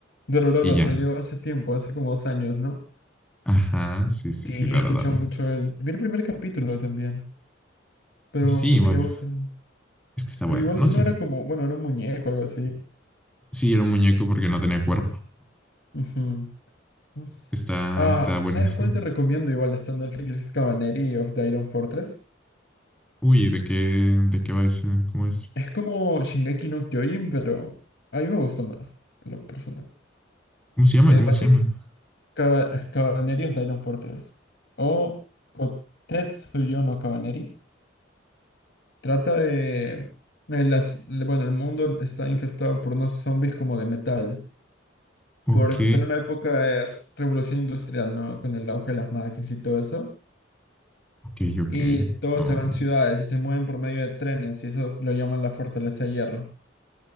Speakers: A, on the left; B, in the centre.
A: Dorororo
B: Y ya.
A: salió hace tiempo, hace como dos años, ¿no?
B: Ajá, sí, sí,
A: Sí,
B: sí,
A: he
B: dara,
A: escuchado
B: dara.
A: mucho él. Vi el primer capítulo también, pero
B: Así,
A: no me
B: bueno.
A: llevó tanto.
B: Es que está bueno.
A: Pero igual
B: No
A: uno
B: sé.
A: era como, bueno, era un muñeco o algo así.
B: Sí, era un muñeco porque no tenía cuerpo.
A: Ujú. No sé.
B: Está,
A: Ah,
B: está buenísimo.
A: ¿sabes cuál te recomiendo? Igual está en Netflix, es Cavalry of the Iron Fortress.
B: Uy, ¿de qué, de qué va ese? ¿Cómo es?
A: Es como Shingeki no Kyojin, pero a mí me gustó más, en lo personal.
B: ¿Cómo se llama?
A: Eh,
B: ¿Cómo
A: pasé
B: se llama?
A: Cava- Cavalry of the Iron Fortress o Kotetsuyo no Cavalry. Trata de... de las, bueno, el mundo está infestado por unos zombies como de metal.
B: Ok,
A: por estar en una época de revolución industrial, ¿no? Con el auge de las máquinas y todo eso.
B: ok, ok.
A: Y todos
B: No.
A: se van a ciudades y se mueven por medio de trenes y eso lo llaman la fortaleza de hierro.